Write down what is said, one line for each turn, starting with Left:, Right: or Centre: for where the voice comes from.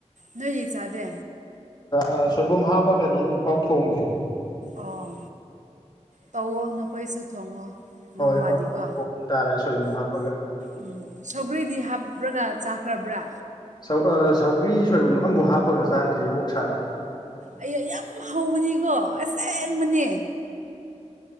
Right: ꯅꯣꯏꯗꯤ ꯆꯥꯗꯦ
Left: ꯑ ꯁꯣꯏꯕꯨꯝ ꯍꯥꯞꯄꯒꯗꯤ ꯑꯃꯨꯛꯈꯥꯎ ꯊꯣꯡꯗ꯭ꯔꯤ
Right: ꯑꯣ ꯇꯧꯋꯣ ꯅꯈꯣꯏꯁꯨ ꯊꯣꯡꯉꯣ ꯅꯣꯡꯃꯗꯤꯀꯣ
Left: ꯍꯣꯏ ꯊꯣꯡ ꯇꯥꯔꯦ ꯁꯣꯏꯕꯨꯝ ꯍꯥꯞꯄꯒ
Right: ꯎꯝ ꯁꯧꯒ꯭ꯔꯤꯗꯤ ꯍꯥꯞꯄ꯭ꯔꯒ ꯆꯥꯈ꯭ꯔꯕ꯭ꯔꯥ
Left: ꯁꯧ ꯑꯥ ꯁꯧꯒ꯭ꯔꯤ ꯁꯣꯏꯕꯨꯝ ꯑꯕꯥꯎ ꯍꯥꯞꯄꯒ ꯆꯥꯗ꯭ꯔꯤꯌꯦ ꯑꯣꯛꯁꯥꯗ
Right: ꯑꯩꯌꯥ ꯌꯥꯝ ꯍꯧꯕꯅꯤꯀꯣ ꯑꯁꯦꯡꯕꯅꯦ